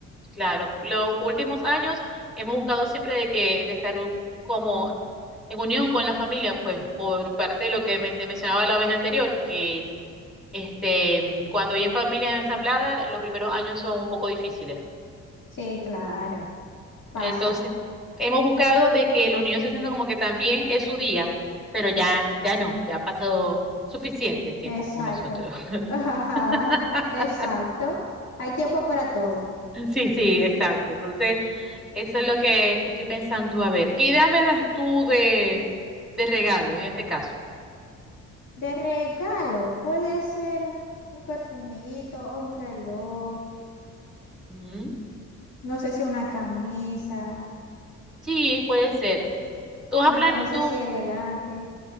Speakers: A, in the centre; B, on the left.
A: claro. Los últimos años hemos buscado siempre de que de estar u- como en unión con la familia, pues por parte de lo que me, te mencionaba la vez anterior, que este, cuando hay familias ensambladas, los primeros años son un poco difíciles.
B: Sí, claro, pasa.
A: Entonces, hemos buscado de que los niños se sientan como que también es su día, pero ya, ya no, ya ha pasado suficiente tiempo
B: Exacto.
A: con nosotros.
B: <laughs> Ajá,
A: <laughs>
B: exacto. Hay tiempo para todo.
A: Sí, sí, exacto. Entonces, eso es lo que estoy pensando. A ver, ¿qué idea me das tú de, de regalos en este caso?
B: De regalo, puede ser un perfumito o un reloj,
A: Ujú.
B: no sé si una camisa,
A: Sí, puede ser. ¿Tú, has
B: una
A: plane-
B: camisa
A: tú,
B: así elegante.